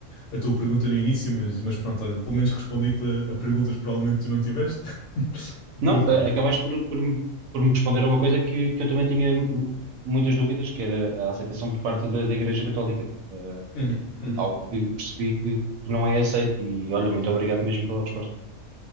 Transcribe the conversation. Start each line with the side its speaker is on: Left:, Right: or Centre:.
Left: a tua pergunta no início, mas, mas pronto, olha, pelo menos respondi-te a, a perguntas que provavelmente tu não tiveste. <laughs>
Right: Não,
Left: Mas pronto,
Right: eh, acabaste
Left: olha.
Right: por, por, me- por me responder a uma coisa que, que eu também tinha mu- muitas dúvidas, que era a aceitação por parte da, da Igreja Católica. Eh,
Left: Uhum, uhum.
Right: algo que percebi que que não é aceito. E olha, muito obrigado mesmo pela resposta.